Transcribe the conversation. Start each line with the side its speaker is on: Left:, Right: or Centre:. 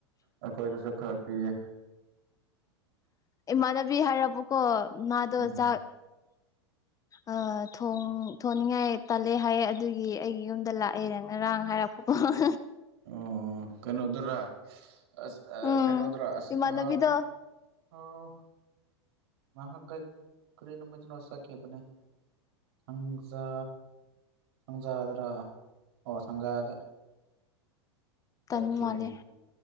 Right: ꯑꯩꯈꯣꯏꯗꯁꯨ ꯈꯔꯥ ꯄꯤꯌꯦ
Left: ꯏꯃꯥꯟꯅꯕꯤ ꯍꯥꯏꯔꯕꯀꯣ ꯃꯥꯗꯣ
Right: ꯎꯝ
Left: ꯆꯥꯛ ꯑꯥ ꯊꯣꯡꯅꯤꯡꯉꯥꯏ ꯇꯜꯂꯦ ꯍꯥꯏꯌꯦ ꯑꯗꯨꯒꯤ ꯑꯩꯒꯤ ꯌꯨꯝꯗ ꯂꯥꯛꯑꯦ ꯉꯔꯥꯡ ꯍꯥꯏꯔꯛꯄꯥ ꯑꯣ <unintelligible>
Right: ꯑꯣ ꯀꯩꯅꯣꯗꯨꯔꯥ ꯑꯁ ꯑꯥ
Left: ꯎꯝ
Right: ꯑꯁ
Left: ꯏꯃꯥꯟꯅꯕꯤꯗꯣ
Right: ꯑꯥ <unintelligible> ꯑꯣ ꯃꯍꯥꯛꯀꯠ ꯀꯔꯤꯅꯨꯃꯤꯠꯇꯅꫭ ꯆꯠꯈꯤꯕꯅ‌ꯦ ꯊꯪꯖꯥ ꯊꯪꯖꯥꯗ꯭ꯔꯥ ꯑꯣ ꯊꯪꯖꯥꯗ
Left: ꯇꯟꯕ
Right: ꯆꯠꯈꯤꯕꯅꯦ
Left: ꯃꯥꯜꯂꯦ